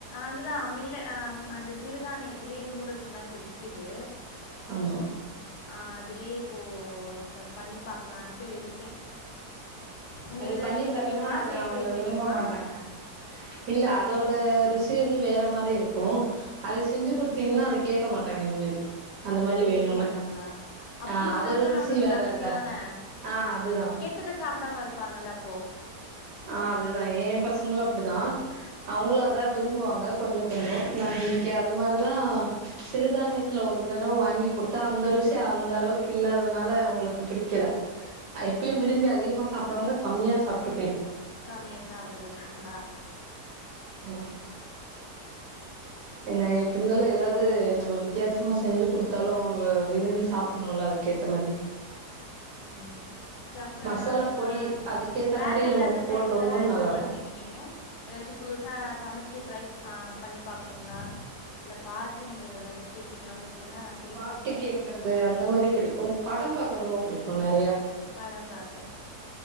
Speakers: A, on the left; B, on the right.
A: அதுதான் மில்ல அ அந்த சிறுதானியத்திலேயே நூடுல்ஸ் லாம் இப்போ விக்குது
B: ஆமா
A: ஆஹ் அதுலயே இப்போ பண்ணி பார்க்கலான்ட்டு இருக்கேன் உங்களுக்கு
B: அது
A: ஏதாச்சும்
B: பண்ணி பாருங்க
A: தெரியுமா
B: அத
A: செய்முறை
B: அவங்க
A: தெரியுமா
B: விரும்ப மாட்டாங்க இல்ல அதோட ருசி வந்து வேற மாதிரி இருக்கும் அது செஞ்சு
A: ம்
B: கொடுத்தீங்கன்னா அது கேக மாட்டாங்க இனிமேல் <inaudible>
A: கேட்கவே
B: வேணுன்னு
A: மாட்டாங்களா அப்படி
B: ஆ
A: இருந்தா
B: அதோட
A: கூட
B: ருசி
A: நம்மளுக்கு
B: வேறல்ல
A: நல்லதுதானே
B: ஆ அதுதா
A: கெட்டத சாப்பிடாம இருப்பாங்கள போ
B: ஆஹ் அதுதான் ஏன் பசங்களும் அப்படிதான் அவங்களும்
A: ம்
B: அதான் விரும்புவாங்க கொஞ்சம் கொஞ்சம் நான் இன்னைக்கு அது மாரிதான் சிறுதானியத்துல ஒரு தடவை வாங்கி கொடுத்தேன் அந்த ரூசி அந்த அளவுக்கு இல்லாதனால அவங்களுக்கு பிடிக்கல அப்பயும் விரும்பி அதிகமா சாப்படுறவங்க கம்மியா சாப்பிட்டு
A: கம்மியா சாப்பிட்டு போயிட்டாங்களா
B: ம் என் எப்ப இருந்தாலு எதாது நம்ம வித்தியாசமா செஞ்சி குடுத்தாலு அவுங்க விரும்பி சாப்ணுல அதுக்க ஏத்த மாரி
A: ம் சஃப
B: மசாலா
A: ச
B: பொடி அதுக்கேத்த
A: வேல
B: மாரி
A: இல்லாத
B: நம்ம போட்டோம்னா
A: டைம்ல எல்லா என்ன
B: நல்லா இருக்கு
A: பண்ணுவீங்க நீங்க எதாச்சு புதுசா சமைச்சி ட்ரை ப பண்ணி பாப்பீங்களா இல்ல பாட்டுங்க எதாச்சு கேப்பீங்களா உங்களுக்கு என்ன பிடிக்கும்
B: பாட்டு கேக்கறது அந்த மாரி பிடிக்கு படம் பார்க் ரொம்ப புடிக்குனர்
A: படம் பாக்க